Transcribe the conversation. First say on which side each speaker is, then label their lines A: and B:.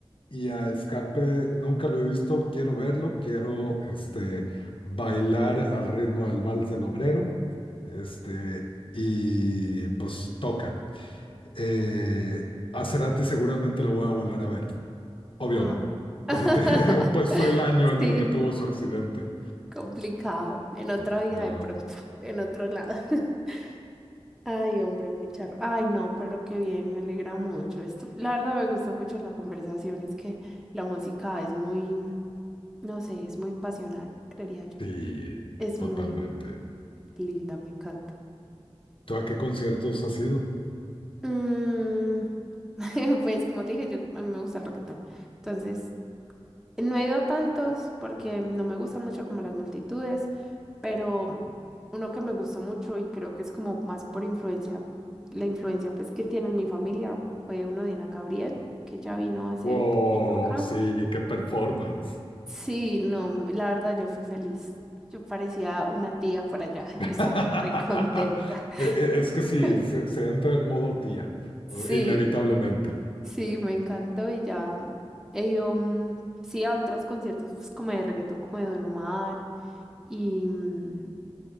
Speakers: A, on the left (about 60°); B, in the centre.
A: y a Escape nunca lo he visto, quiero verlo, quiero este, bailar al ritmo del vals del obrero, este, y pues toca. Eh, a Cerati seguramente lo voy a volver a ver, obvio
B: <laughs>
A: no, porque
B: ay. <laughs>
A: <laughs> pues fue el año en
B: Sí,
A: el que tuvo su accidente.
B: complicado. En otra
A: Ajá,
B: vida de pronto, en otro lado. <laughs> Ay, hombre, muy charro. Ay, no, pero qué bien, me alegra mucho. Esto, la verdad me gustó mucho la conversación, es que la música es muy, no sé, es muy pasional, creería yo.
A: sí,
B: Es
A: totalmente.
B: muy linda, me encanta.
A: ¿Tú a qué conciertos has ido?
B: Mm, <laughs> pues como te dije, yo, a mí me gusta el reggaetón. Entonces, No he ido a tantos porque no me gustan mucho como las multitudes, pero uno que me gustó mucho y creo que es como más por influencia, la influencia pues que tiene en mi familia fue uno de Ana Gabriel, que ya vino hace
A: Wow,
B: poquito acá.
A: sí, qué performance.
B: Sí, no, m- la verdad yo fui feliz. Yo parecía una tía por allá, <laughs>
A: <laughs>
B: yo estaba re contenta.
A: E- e- Es que sí,
B: <laughs>
A: se, se entra en modo tía,
B: Sí,
A: inevitablemente.
B: sí, me encantó y ya he ido, mm, sí, a otros conciertos pues, como de reggaetón, como de Don Omar y... mm,